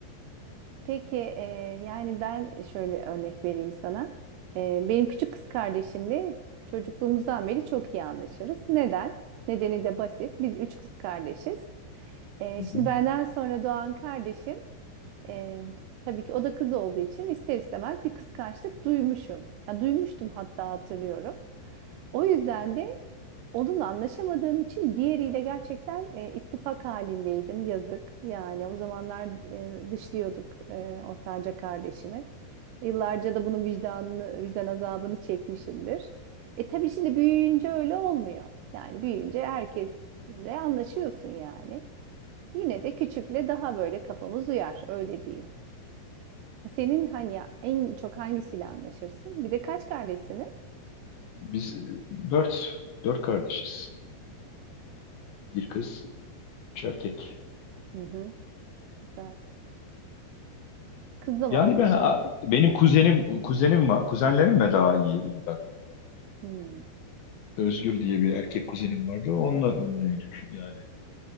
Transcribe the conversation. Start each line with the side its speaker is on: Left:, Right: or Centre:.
Right: Peki e, yani ben şöyle örnek vereyim sana. E, benim küçük kız kardeşimle çocukluğumuzdan beri çok iyi anlaşırız. Neden? Nedeni de basit. Biz üç kız kardeşiz. E,
Left: Hı
Right: şimdi
Left: hı.
Right: benden sonra doğan kardeşim e, tabii ki o da kız olduğu için ister istemez bir kıskançlık duymuşum. Ya duymuştum hatta hatırlıyorum. O yüzden de Onunla anlaşamadığım için diğeriyle gerçekten e, ittifak halindeydim. Yazık. Yani o zamanlar e, dışlıyorduk e, ortanca kardeşimi. Yıllarca da bunun vicdanını, vicdan azabını çekmişimdir. E tabii şimdi büyüyünce öyle olmuyor. Yani büyüyünce herkesle anlaşıyorsun yani. Yine de küçükle daha böyle kafamız uyar, öyle diyeyim. Senin hani ya, en çok hangisiyle anlaşırsın? Bir de kaç kardeşsiniz?
Left: Biz e, dört, dört kardeşiz. Bir kız, üç erkek.
Right: Hı hı, güzel. Kızla mı
Left: Yani
Right: anlaşırsın?
Left: ben a- benim kuzenim kuzenim var. Kuzenlerimle daha iyi iddia.
Right: Hı.
Left: Özgür diye bir erkek kuzenim vardı. Onunla büyüdük yani